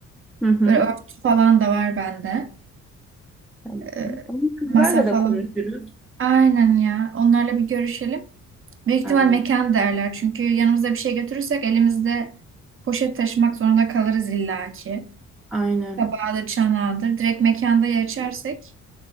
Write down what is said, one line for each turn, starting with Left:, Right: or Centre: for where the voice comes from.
Centre: Hı hı.
Right: Böyle örtü falan da var bende.
Centre: Tamam.
Right: Ee,
Centre: Ama kızlarla
Right: masa falan.
Centre: da konuşuruz.
Right: Aynen ya onlarla bir görüşelim. Büyük ihtimal
Centre: Aynen.
Right: mekan derler. Çünkü yanımızda bir şey götürürsek elimizde poşet taşımak zorunda kalırız illaki.
Centre: Aynen.
Right: Tabağıdır, çanağıdır. Direkt mekanda ya içersek